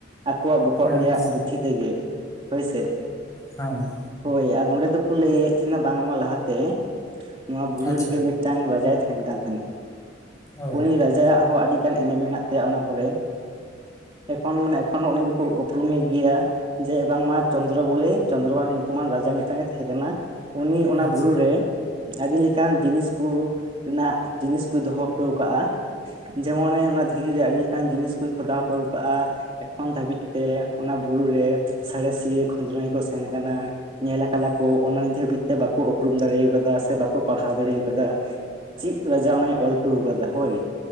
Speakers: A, on the right; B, on the left.
A: ᱟᱠᱚᱣᱟᱜ ᱵᱚᱦᱚᱜ
B: ᱟᱪᱪᱷᱟ
A: ᱨᱮᱭᱟᱜ ᱵᱩᱫᱫᱷᱤ ᱛᱮᱜᱮ ᱦᱳᱭ ᱥᱮ
B: ᱦᱚᱸ
A: ᱦᱳᱭ ᱟᱨ ᱱᱚᱸᱰᱮ ᱫᱚᱠᱚ ᱞᱟᱹᱭ ᱮᱫ ᱛᱟᱦᱮ ᱱᱟ ᱵᱟᱝ ᱢᱟ ᱞᱟᱦᱟ ᱛᱮ ᱱᱚᱣᱟ ᱵᱩᱨᱩ
B: ᱟᱪᱪᱷᱟ
A: ᱨᱮᱜᱮ ᱢᱤᱫ ᱴᱟᱝ ᱨᱟᱡᱟᱭ ᱛᱟᱦᱮᱱ ᱠᱟᱱ ᱛᱟᱦᱮ ᱱᱟ
B: ᱚ
A: ᱩᱱᱤ ᱨᱟᱡᱟ ᱣᱟᱜ ᱦᱚᱸ ᱟᱹᱰᱤᱜᱟᱱ ᱮᱱᱮᱢ ᱢᱮᱱᱟᱜ ᱛᱟᱭᱟ ᱚᱱᱟ ᱠᱚᱨᱮ ᱮᱠᱷᱚᱱ ᱢᱟᱱᱮ ᱮᱠᱷᱚᱱᱳ ᱩᱱᱤ ᱫᱚᱠᱚ ᱩᱯᱨᱩᱢᱮ ᱜᱮᱭᱟ ᱡᱮ ᱵᱟᱝᱢᱟ ᱪᱚᱱᱫᱨᱚ ᱵᱚᱞᱮ ᱪᱚᱱᱫᱨᱚ ᱧᱩᱛᱩᱢᱟᱱ ᱨᱟᱡᱟ ᱢᱤᱫᱴᱟᱝ ᱜᱮ ᱛᱟᱦᱮᱸ ᱠᱟᱱᱟ ᱩᱱᱤ
B: ᱟᱪᱪᱷᱟ
A: ᱚᱱᱟ ᱵᱩᱨᱩ ᱨᱮ ᱟᱹᱰᱤ ᱞᱮᱠᱟᱱ ᱡᱤᱱᱤᱥ ᱠᱚ ᱨᱮᱱᱟᱜ ᱡᱤᱱᱤᱥ ᱠᱚᱭ ᱫᱚᱦᱚ ᱴ ᱠᱟᱜᱼᱟ ᱡᱮᱢᱚᱱᱮ ᱚᱱᱟ ᱫᱷᱤᱨᱤ ᱨᱮ ᱟᱹᱰᱤ ᱞᱮᱠᱟᱱ ᱡᱤᱱᱤᱥ ᱠᱚᱭ ᱠᱷᱚᱫᱟᱣ ᱦᱚᱴᱚᱣ ᱟᱠᱟᱟᱜᱼᱟ ᱮᱠᱷᱚᱱ ᱫᱷᱟᱹᱵᱤᱡ ᱛᱮ ᱚᱱᱟ ᱵᱩᱨᱩ ᱨᱮ ᱥᱟᱬᱮᱥᱤᱨᱤᱭᱟᱹ ᱠᱷᱚᱸᱫᱽᱨᱚᱸᱚᱱᱤ ᱠᱚ ᱥᱮᱱ ᱟᱠᱟᱱᱟ ᱧᱮᱞ ᱟᱠᱟᱫᱟ ᱠᱚ ᱚᱱᱟ ᱱᱤᱛ ᱫᱷᱟᱹᱵᱤᱡ ᱛᱮ ᱵᱟᱠᱚ ᱩᱯᱨᱩᱢ ᱫᱟᱲᱮ ᱟᱠᱟᱫᱟ ᱥᱮ ᱵᱟᱠᱚ ᱯᱟᱲᱦᱟᱣ ᱫᱟᱲᱮ ᱠᱟᱫᱟ ᱪᱮᱫ ᱞᱟᱡᱟᱣ ᱚᱱᱟᱭ ᱚᱞ ᱦᱚᱴᱚ ᱟᱠᱟᱫᱟ ᱦᱳᱭ